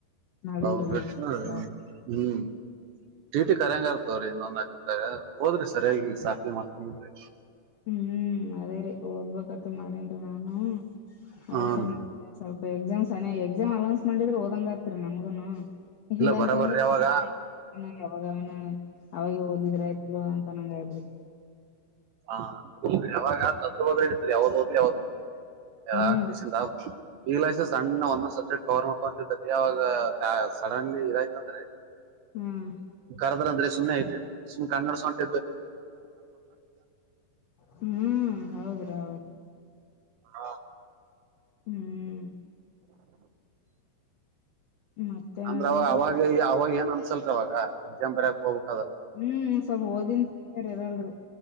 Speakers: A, on the left; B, on the right.
A: ಮಾಡಿಲ್ರಿ
B: ಹೌ ಹ್ಮ್
A: ನಾನ್ ಚಲೋ
B: ಚಟಿಟಿ ಕರಂಗರ್ತವ್ರಿ ಇನ್ನೊಂದ ಹೋದ್ರಿ ಸರಿಯಾಗಿ ಸಾಪ್ಲೆ ಮಾಡ್ಕೊಂಡ್ ಬಿಡ್ರಿ
A: ಹ್ಮ್ ಅದೇ ರರಿ ಓದ್ಬೇಕತ್ ಮಾಡನ್ರಿ ನಾನು ಅದ್ರ
B: ಹಾನ್ರಿ
A: ಸಮಯ ಸ್ವಲ್ಪ ಎಕ್ಸಾಮ್ನ ಎಕ್ಸಾಮ್ ಅನೌನ್ಸ್ ಮಾಡಿದ್ರ ಹಓದಂಗ ಆತ್ರಿ ನಮ್ಗನು ಇಲ್ಲ
B: ಬರಬರ್ರಿ
A: ಅಂತಂದ್ರೆ
B: ಅವಾಗ
A: ಇಲ್ಲ ಯಾವಾಗಣ ಯಾವಾಗಗಣ ಅವಾಗ ಓದಿದ್ರ ಆಯ್ತು ಇ ಅಂತನಾಯ ಬಿಡತಾರೆ
B: ಹ ಯಾವಾಗ ಅದ್ರ ಬದ್ರ ಇಡಿತರಿ ಯಾವ್ದ್ ಓದ್ಲಿ ಯಾವ್ದ್ಂತ
A: ಹ್ಮ್
B: ಆು ಇಂಗ್ಲಷ್ ಸಣ್ಣ ಒಂದೊಂದ್ ಸಬ್ಜೆಕ್ಟ್ ಕವರ್ ಮಾಡ್ಕೊಂತಲ್ಲಿ ಯವಾಗ ಸಡನ್ಲಿ ಇದಾಯ್ತಂದ್ರೆ
A: ಹ್ಮ್
B: ಕರದ್ರ ಅಂದ್ರೆ ಸುಮ್ನೆ ಆಯ್ತು ಕನ್ನಡ ಸಂಟ
A: ಹ್ಮ್ ಹೌದ್ರಿ ಹೌದ
B: ಹಾ
A: ಹ್ಮ್ ಮತ್ತೇನಡದ್ರಿ
B: ಅಂದ್ರ ಅವ ಅವಾಗ ಅವಾಗ ಏನ್ ಅನ್ಸಲ್ರಿ ಅವಾಗ ಎಕ್ಸಾಮ್ ಬರಯಕ್ ಹೋಗ್ಕ್ ಅದ್ರ
A: ಹ್ಮ್ ಸ್ವಲ್ಪ ಓದಿ ಫ್ರೆಷರ್ ಇರಲ್ರರಿ